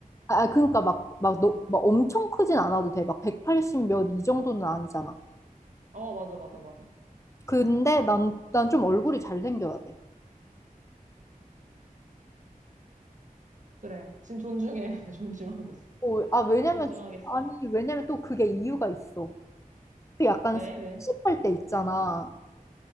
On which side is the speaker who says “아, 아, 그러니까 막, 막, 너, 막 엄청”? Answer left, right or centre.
Left